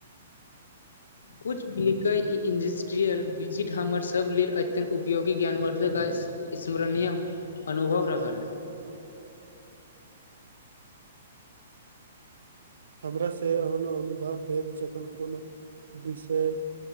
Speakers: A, on the left; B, on the right.
A: कु मिलि <unintelligible> कय ई इंडस्ट्रियल विजिट हमरसभ लेल अत्यन्त उपयोगी ज्ञानवर्द्धक अछि स्मरणीय अनुभव रहल
B: हमरा से एहन अनुभव भेल जखन कोनो विषय